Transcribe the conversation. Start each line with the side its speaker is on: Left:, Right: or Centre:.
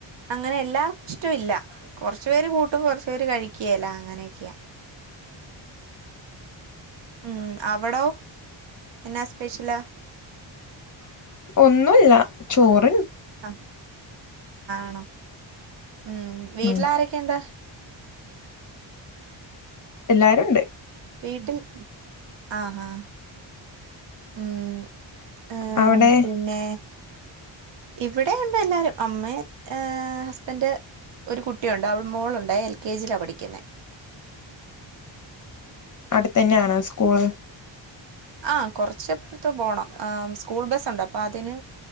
Right: അങ്ങനെ എല്ലാ ഇഷ്ടവില്ല കൊറച്ചു പേര് കൂട്ടും കൊറച്ചു പേര് കഴിക്ക്യേല്ലാ അങ്ങനെയൊക്കെയാ ഉം അവിടോ എന്നാ സ്പെഷ്യല്
Left: ഒന്നുവില്ല ചോർ
Right: ആ ആണോ ഉം വീട്ടില്
Left: ഉം
Right: ആരൊക്കെയുണ്ട്
Left: എല്ലാരും ഒണ്ട്
Right: വീട്ടിൽ ആഹാ ഉം ആ
Left: അവിടെ
Right: പിന്നെ ഇവിടെയുണ്ട് എല്ലാരും അമ്മേം ഏ ഹസ്ബൻഡ് ഒരു കുട്ടിയുണ്ട് അവ മോളുണ്ടേ എൽ കെ ജിയിലാ പഠിക്കുന്നെ
Left: അടുത്ത് തന്നെയാണോ സ്കൂള്
Right: ആ കൊറച്ചഫ് ത്ത് പോണം ആ സ്കൂൾ ബസ്സൊണ്ട് അപ്പൊ അതിന്